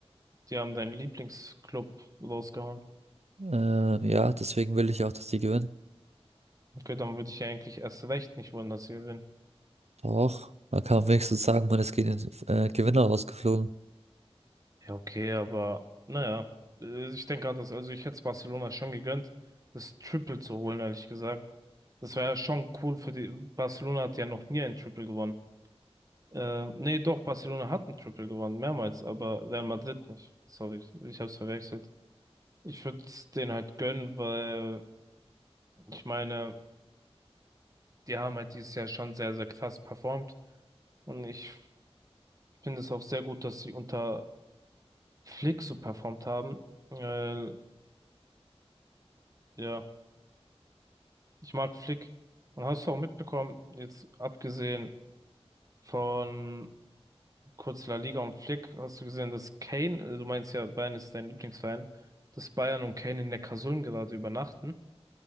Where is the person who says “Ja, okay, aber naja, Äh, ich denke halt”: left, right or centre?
Right